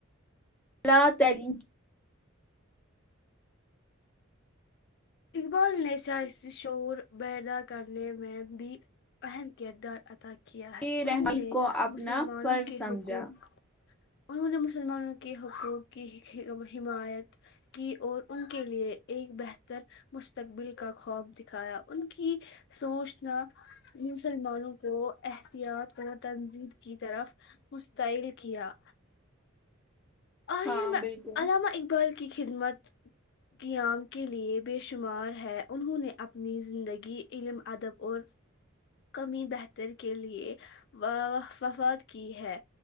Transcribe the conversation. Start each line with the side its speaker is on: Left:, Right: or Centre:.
Centre: اللہ تعلی
Left: اقبال نے سائست شعور پیدا کرنے میں بھی اہم کردار ادا کیا کیا ہے
Centre: کی
Left: انہوں
Centre: رہنمائی
Left: نے
Centre: کو اپنا
Left: مسلمانوں
Centre: فرض
Left: کے
Centre: سمجھا
Left: حقوق انہوں نے مسلمانوں کے حقوق کی حمایت کی اور ان کے لیے ایک بہتر ر مستقبل کا خواب دکھایا ان کی سوچنا مسلمانوں کو احتیاط اور تنظیب کی طرف مستعل کیا آہر
Centre: ہاں
Left: میں
Centre: بالکل
Left: علامہ اقبال کے کی خدمت قیام کے لیے بے شمار ہے انہوں نے اپنی زندگی علم ادب اور کمی بہتر کے لیےففات کی ہے